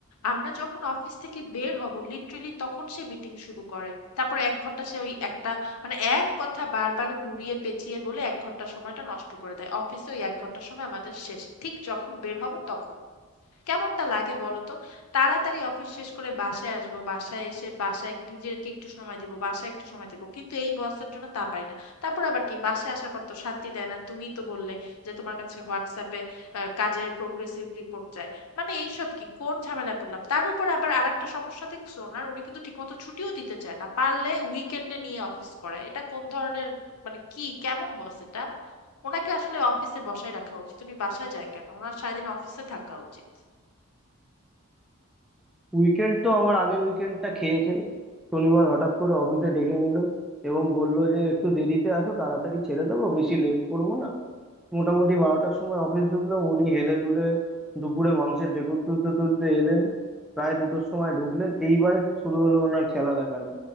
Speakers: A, on the left; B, in the centre.
A: আমরা যখন অফিস থেকে বের হব লিটারেলি তখন সে মিটিং শুরু করে তারপর এক ঘন্টা সে ওই একটা মানে এক কথা বারবার ঘুরিয়ে পেঁচিয়ে বলে এক ঘন্টা সময়টা নষ্ট করে দেয় অফিসে ওই এক ঘন্টা সময় আমাদের শেষ ঠিক যখন বের হব তখন কেমনটা লাগে বলো তো তাড়াতাড়ি অফিস শেষ করে বাসায় আসবো বাসায় এসে বাসায় নিজেকে একটু সময় দিব বাসায় একটু সময় দিব কিন্তু এই বসের জন্য তা পারি না তারপর আবার কি বাসায় আসার পর তো শান্তি দেয় না তুমি তো বললে যে তোমার কাছে হোয়াটসঅ্যাপে আহ, কাজের প্রোগ্রেসিভ রিপোর্ট চায় মানে এইসব কি কোন ঝামেলায় পড়লাম তার উপর আবার আরেকটা সমস্যা দেখছো ওনার উনি কিন্তু ঠিকমতো ছুটিও দিতে চায় না পারলে উইকেন্ডে নিয়ে অফিস করায় এটা কোন ধরনের মানে কি কেমন বস এটা ওনাকে আসলে অফিসে বসায় রাখা উচিত উনি বাসায় যায় কেন ওনার সারাদিন অফিসে থাকা উচিত
B: উইকেন্ড তো আমার আগের উইকেন্ডটা খেয়েছে শনিবার হঠাৎ করে অফিসে ডেকে নিল এবং বলল যে একটু দেরিতে আসো তাড়াতাড়ি ছেড়ে দেবো বেশি লেট করবো না মোটামুটি বারোটার সময় অফিস ঢুকলাম উনি হেলে দুলে দুপুরে মাংসের ঢেকুর তুলতে তুলতে এলেন প্রায় দুটোর সময় ঢুকলেন এইবারে শুরু হলো ওনার খেলা দেখানো